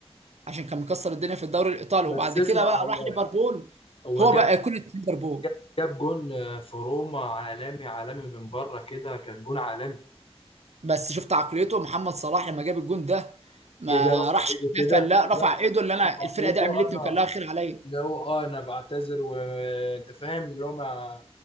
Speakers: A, on the right; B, on the left.
A: عشان كان مكسر الدنيا في الدوري الايطالي
B: بس
A: وبعد كده
B: اسمع
A: بقى
B: هو
A: راح ليفربول
B: هو
A: هو
B: جاب
A: بقى كل ليفربول
B: جاب جاب جون آه، في روما عالمي عالمي من بره كده كان جون عالمي
A: بس شفت عقليته محمد صلاح لما جاب الجون ده ما
B: جه جه رفع
A: راحش
B: ايده كده
A: احتفل لا رفع
B: لا
A: ايده اللي انا
B: رفع
A: الفرقه
B: ايده
A: دي عملتني
B: انا
A: وكان لها خير عليا
B: اللي هو اه انا بعتذر وانت فاهم اللي هو ما